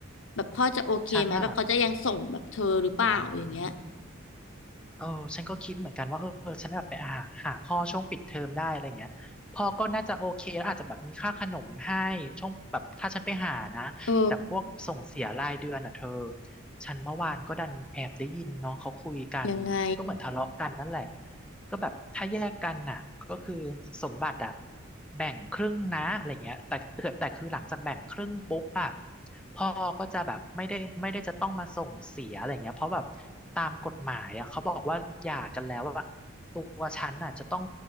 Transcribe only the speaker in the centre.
ฉันน่ะอ๋อเออฉันก็คิดเหมือนกันว่าเออฉันแบบไปหาหาพ่อช่วงปิดเทอมได้อะไรเงี้ยพ่อก็น่าจะโอเคแล้วอาจจะแบบมีค่าขนมให้ช่วงแบบถ้าฉันไปหานะแต่พวกส่งเสียรายเดือนอ่ะเธอ
ฉันเมื่อวานก็ดันแอบได้ยินเนาะเขาคุยกันก็เหมือนทะเลาะกันนั่นแหละ
ก็แบบถ้าแยกกันน่ะก็คือสมบัติอะแบ่งครึ่งนะอะไรเงี้ยแต่แต่แต่คือหลังจากแบ่งครึ่งปุ๊บอะพ่อก็จะแบบไม่ได้ไม่ได้จะต้องมาส่งเสียอะไรเงี้ยเพราะแบบตามกฎหมายอะเขาบอกว่าหย่ากันแล้วว่าตัวฉันน่ะจะต้อง